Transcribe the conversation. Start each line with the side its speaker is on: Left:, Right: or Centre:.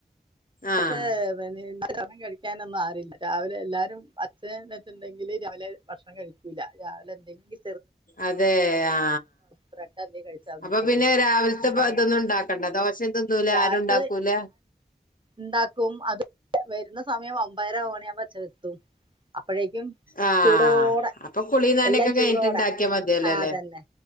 Right: പക്ഷെ
Left: ആഹ്
Right: പി <unintelligible> ഭക്ഷണം കഴിക്കാനൊന്നും ആരുല്ല രാവിലെ എല്ലാരും അച്ഛന എയ്നേറ്റ്ണ്ടെങ്കില് രാവിലെ ഭക്ഷണം കഴിക്കൂല്ല രാവ ല എന്തെങ്കി
Left: അതെ ആ
Right: ബ്രെഡ് എന്തേലും കഴിച്ച് അങ്ങ്
Left: അപ്പൊ
Right: പോകും
Left: പിന്നെ രാവിത്തെപ്പ
Right: അപ്പൊ
Left: ഇതൊന്നും ഇണ്ടാക്ക ദോശ തിന്നൂല്ല
Right: രാവിലത്തെ
Left: ആരുണ്ടാക്കൂല
Right: ഉണ്ടാക്കും അത് വരുന്ന സമയം ഒമ്പര മണിയ ആവുമ്പോ ചെത്തും അപ്പോഴേക്കും
Left: ആഹ്
Right: ചൂടോടെ
Left: അപ്പൊ കുളി നനയൊക്കെ
Right: എല്ലാം ചൂടോടെ
Left: കഴിഞ്ഞിട്ട് ഇണ്ടാക്കിയാ മതിയല്ലോ
Right: ആ
Left: അല്ലേ
Right: അതന്നെ